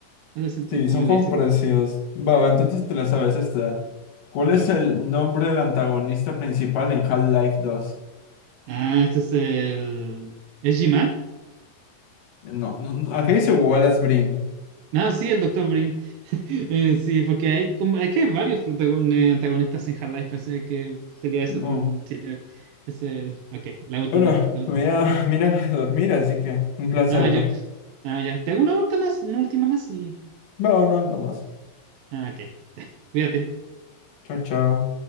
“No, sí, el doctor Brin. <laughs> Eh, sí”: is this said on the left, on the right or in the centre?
Right